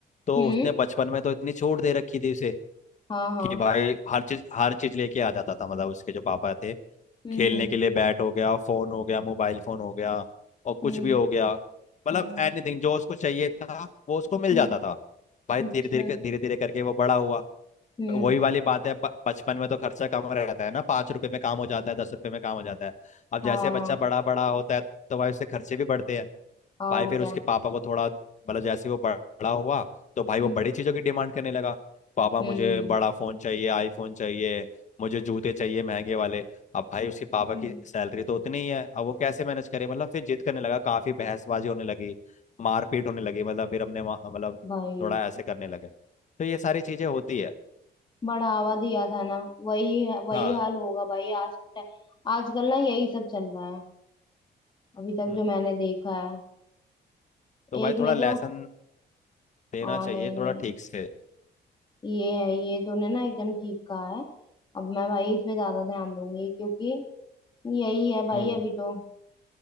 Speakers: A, on the left; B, on the left.
A: तो
B: हम्म
A: उसने बचपन में तो इतनी छूट दे रखी थी उसे
B: हाँ हाँ
A: कि भाई हर चीज हर चीज लेके आ जाता था मतलब उसके जो पापा थे
B: हम्म
A: खेलने
B: हम्म
A: के लिए बैट हो गया फोन हो गया मोबाइल फोन हो गया और कुछ
B: हम्म
A: भी हो गया मतलब
B: हम्म
A: एनीथिंग जो उसको चाहिए था वो उसको मिल
B: हम्म,
A: जाता था भाई धीरे
B: अच्छा
A: धीरे धीरे धीरे करके वो बड़ा हुआ
B: हम्म
A: वही वाली बात है ब- बचपन में तो खर्चा कम रहता है ना पाँच रुपए में काम हो जाता है दस रुपए में काम हो जाता है अब जैसे
B: हाँ
A: बच्चा बड़ा बड़ा होता है तो भाई उसके खर्चे भी बढ़ते हैं
B: और
A: भाई फिर
B: क्या
A: उसके पापा को थोड़ा मतलब जैसे ही वो बड़ा हुआ तो भाई
B: हम्म
A: वो बड़ी चीजों की डिमांड करने लगा पापा
B: हम्म
A: मुझे बड़ा फोन चाहिए आईफोन चाहिए मुझे जूते चाहिए महंगे वाले अब भाई उसके पापा
B: हम्म
A: की सैलरी तो उतनी ही है अब वो कैसे मैनेज करे मतलब फिर जिद करने लगा काफी बहसबाजी होने लगी मारपीट होने लगी मतलब फिर हमने वहाँ- मतलब
B: भाई
A: थोड़ा ऐसे करने लगे तो ये सारी चीजें होती है
B: बढ़ावा दिया था ना वही है- वही
A: हाँ
B: हाल होगा भाई आज के टाइम आजकल ना यही सब चल रहा है अभी तक
A: हम्म
B: जो मैंने देखा है
A: तो
B: एक
A: भाई थोड़ा
B: ने
A: लेसन
B: तो
A: देना
B: हाँ
A: चाहिए
B: नहीं
A: थोड़ा
B: नहीं
A: ठीक से
B: ये है ये तूने ना एकदम ठीक कहा है अब मैं भाई इस पे ज्यादा ध्यान दूंगी क्योंकि यही है भाई
A: हम्म
B: अभी तो